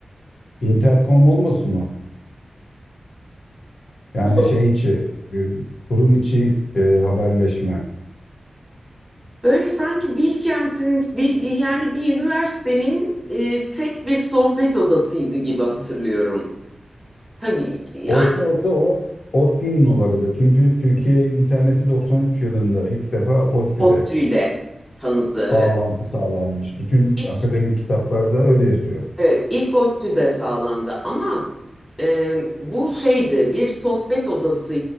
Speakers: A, on the left; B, in the centre.
A: Intercom olmasın o. Yani
B: yok.
A: şey içi, e, kurum içi e, haberleşme.
B: Böyle sanki Bilkent'in bir, bir yani bir üniversitenin e, tek bir sohbet odasıydı gibi hatırlıyorum. Tabii yani
A: Olsa olsa o ODTÜ'nün olabilir. Çünkü Türkiye interneti 93 yılında ilk defa ODTÜ'de
B: ODTÜ ile tanıdı
A: bağlantı
B: evet.
A: sağlanmış. Bütün
B: İlk
A: akademik kitaplarda öyle yazıyor.
B: Evet, ilk ODTÜ de sağlandı ama e, bu şeydi bir sohbet odası